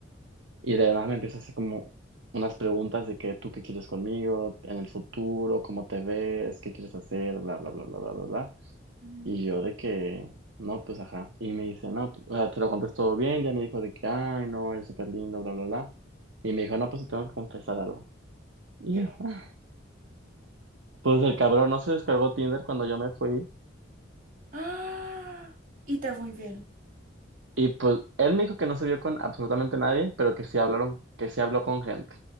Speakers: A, on the right (about 75°); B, on the right (about 45°).
A: Y de la nada me empieza a hacer como unas preguntas de que tú qué quieres conmigo, en el futuro, cómo te ves, qué quieres hacer, bla, bla, bla, bla, bla, bla, bla.
B: ujú.
A: Y yo de que, no, pues ajá. Y me dice, no, pues, o sea, te lo contesto todo bien, ya me dijo de que, ay, no, eres súper lindo, bla, bla, bla. Y me dijo, no, pues te tengo que confesar algo. Y
B: ¿Qué?
A: yo, "Ah". pues el cabrón no se descargó Tinder cuando yo me fui.
B: <gasps> ¡Ah! Y te fue infiel.
A: Y pues él me dijo que no se vio con absolutamente nadie, pero que sí hablaron, que sí habló con gente.